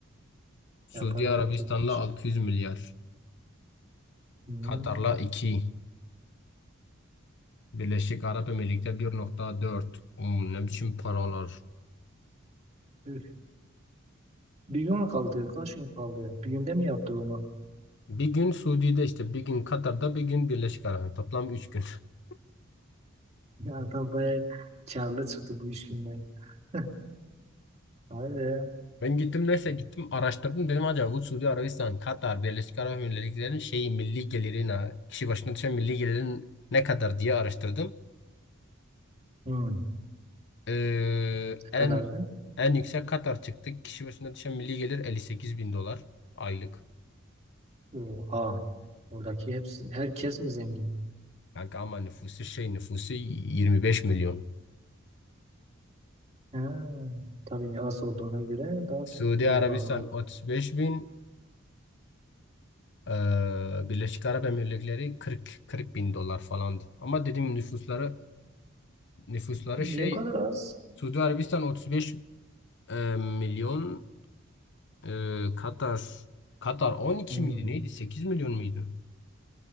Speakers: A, on the left; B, on the right.
A: Suudi
B: yapar o
A: Arabistan'la
B: her türlü iş.
A: 600 milyar.
B: Hmm.
A: Katar'la iki Birleşik Arap Emirlikleri 1.4. Hmm, ne biçim paralar.
B: Üf, Bir gün kaldı kaç gün kaldı bir günde mi yaptı bunu
A: Bir gün Suudi'de işte bir gün Katar'da bir gün Birleşik Arap. Toplam 3 gün. <laughs>
B: <laughs> Ya adam bayağı karlı çıktı bu işinden <laughs> vay be
A: Ben gittim neyse gittim araştırdım dedim acaba bu Suudi Arabistan, Katar, Birleşik Arap Emirlikleri'nin şeyi milli gelirin ha, kişi başına düşen milli gelirin ne kadar diye araştırdım.
B: hmm. ne
A: Ee, en
B: kadardı
A: en yüksek Katar çıktı. Kişi başına düşen milli gelir 58 bin dolar aylık.
B: Oha. Oradaki hepsi, herkes mi zengin?
A: Kanka ama nüfusu şey nüfusu 25 milyon.
B: Ha, tabii az olduğuna göre daha
A: Suudi
B: çok refah
A: Arabistan
B: var.
A: otuz beş bin. Ee, Birleşik Arap Emirlikleri 40 40 bin dolar falandı. Ama dediğim nüfusları nüfusları
B: Niye
A: şey
B: bu kadar az?
A: Suudi Arabistan 35 e, milyon e, Katar Katar 12
B: Hmm.
A: miydi neydi 8 milyon muydu?